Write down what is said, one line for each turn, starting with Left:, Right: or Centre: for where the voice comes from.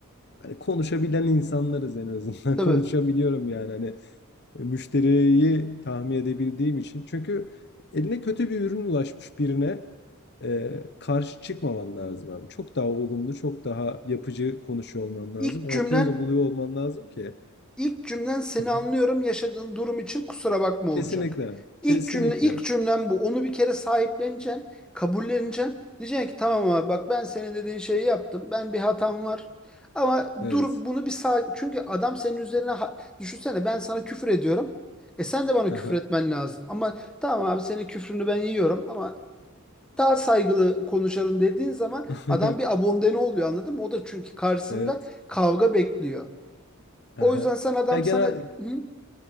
Left: hani konuşabilen insanlarız en azından.
Centre: Tabii.
Left: <laughs> Konuşabiliyorum yani hani müşteriyi tahmin edebildiğim için. Çünkü eline kötü bir ürün ulaşmış birine e, karşı çıkmaman lazım abi. Çok daha olumlu, çok daha yapıcı konuşuyor olman lazım.
Centre: İlk
Left: Orta
Centre: cümlen
Left: yolu buluyor olman lazım ki.
Centre: İlk cümlen seni
Left: Hı hı.
Centre: anlıyorum yaşadığın durum için kusura bakma
Left: Kesinlikle,
Centre: olacak. İlk
Left: kesinlikle.
Centre: cümle ilk cümlem bu. Onu bir kere sahipleneceksin, kabulleneceksin. Diyeceksin ki tamam abi bak ben senin dediğin şeyi yaptım. Ben bir hatam var. Ama
Left: Evet.
Centre: dur bunu bir sağ çünkü adam senin üzerine ha- düşünsene ben sana küfür ediyorum. E sen de bana
Left: Hı
Centre: küfür etmen lazım. Ama tamam abi senin küfrünü ben yiyorum ama daha saygılı konuşalım dediğin zaman
Left: <laughs>
Centre: adam bir abondene oluyor anladın mı? O da çünkü karşısında
Left: Evet.
Centre: kavga bekliyor.
Left: Hı
Centre: O yüzden sen adam
Left: Ya, genel
Centre: sana hı?